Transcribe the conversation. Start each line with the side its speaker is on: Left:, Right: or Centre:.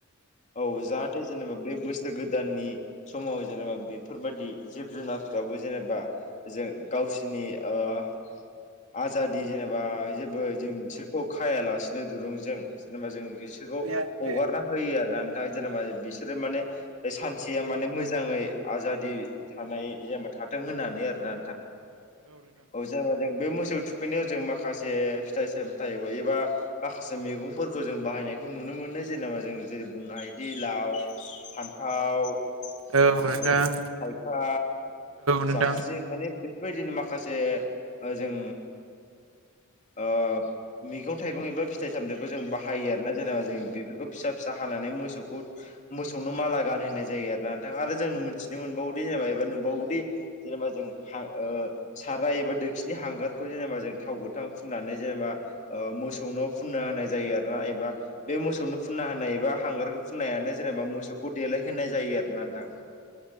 Left: औ जाहाथे जेनेबा बे दाननि समाव जेनेबा बेफोरबादि जिब जुनारफ्राबो जेनेबा जों गावसिर नि ओ आजाद दि जेनेबा जेबो जों बिसोरखौ खायालासिनो दुरुंजों जेनेबा जों बिसोरखौ
Right: औ नोंथां
Left: हगारना होयो आरोना नोंथाङा जेनेबा बिसोरो माने सानसेया माने मो जाङै आजादि थानाय जेनेबा था दों होननानै आरोना नोंथां औ जेनबा जों बे मोसौ थुखैनायाव जों माखासे फिथाइ सामथाइ एबा माखासे मैगंफोरखौ जों बाहाय नायखौ नुनो मोनो जेनेबा जों जेरै बुंनो हायोदि लाव फान्थाव
Right: औ
Left: ओ थाइखा
Right: नोंथां
Left: जाबस्रि माने बे बायदिनो माखासे जों ओ मैगं थाइगं एबा फिथाइ सामथाइखौ जों बा हायो आरोना जेनेबा जों बेफोरखौ फिसा फिसा हानानै मोसौखौ मोसौनो माला गान होनाय जायो आरो ना नोंथां आरो जों मिथिनो मोनबावदि जेनेबा एबा नुबावोदि जेनेबा जों हा ओ साराइ एबा दोखिनि हांगारखौ जेनेबा जों थाव गोथां फुननानै जेनेबा ओ मोसौनाव फुन फुनना होनाय जायो आरोना एबा बे मोसौनो फुनना होनाय एबा हांगार फुननायानो जेनेबा मोसौ खौ देलायहोनाय जायो आरोना नोंथां